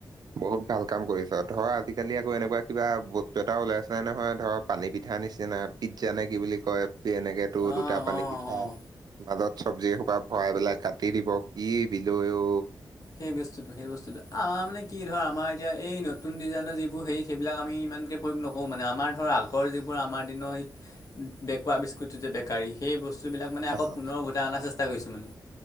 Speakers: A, on the right; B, on the left.
A: বহুত ভাল কাম কৰিছ ধৰ আজিকালি আকৌ এনেকুৱা কিবা বস্তু এটা ওলাই আছে নে নহয় ধৰক পানী পিঠা নিচিনা পিজ্জা নে কি বুলি কয়, এনেকে তোৰ
B: অঁ
A: দুটা পানী
B: অঁ
A: পিঠা
B: অঁ
A: মাজত চব্জি সোপা ভৰাই পেলাই কাটি দিব কি বিলৈ অ
B: সেই বস্তুটো সেই বস্তুটো আমাৰ মানে কি ধৰ আমাৰ এতিয়া এই নতুন ডিজাইনৰ যিবোৰ হে সেইবিলাক আমি ইমানকৈ প্ৰয়োগ নকৰোঁ মানে আমাৰ ধৰক আগৰ যিবোৰ আমাৰ দিনৰ সেই বেকুৱৰা বিস্কুটো যে বেকাৰী সেই বস্তুবিলাক মানে আকৌ
A: আহ,
B: পুনৰ উোটাই অনাৰ চেষ্টা। কৰিছোঁ মানে